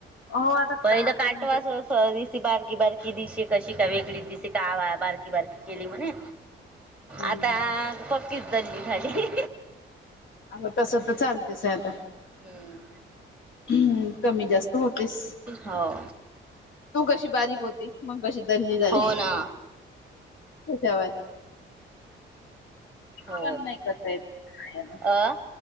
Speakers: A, on the left (about 75°); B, in the centre.
A: हो आता
B: पहिलं
A: का
B: काटवास
A: करत
B: स दिस बारकी बारकी दिसे कशी का वेगळीच दिसे कावा बारकी बारकी केली म्हणे,
A: हम्म
B: आता पक्कीच दल्ली झाली
A: अग तसं तर चालतेच आहे आता,
B: हम्म,
A: हम् कमी जास्त होतेस,
B: हो,
A: तू कशी बारीक हो- मग कशी दल्ली झाली
B: हो ना.
A: त्यावर,
B: हो
A: आपण नाही करता येत हेना.
B: अ